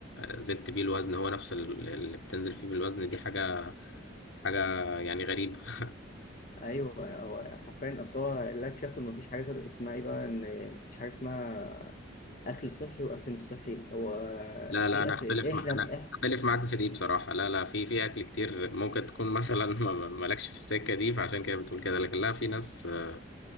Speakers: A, on the left; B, on the left.
A: زدت بيه الوزن هو نفس ال- اللي بتنزل فيه بالوزن دي حاجه حاجه يعني غريبه <laughs>
B: ايوه هو حرفيا اصل هو اللي اكتشفته ان مفيش حاجه اسمها ايه بقى ان مفيش حاجه اسمها اكل صحي واكل مش صحي هو
A: لا
B: في
A: لا انا
B: اكل
A: اختلف مع
B: احنا
A: انا
B: إح...
A: اختلف معاك في دي بصراحه لا لا في في اكل كتير ممكن تكون مثلا <laughs> ما- ما- مالكش في السكه دي فعشان كده بتقول كده لكن لا في ناس آه،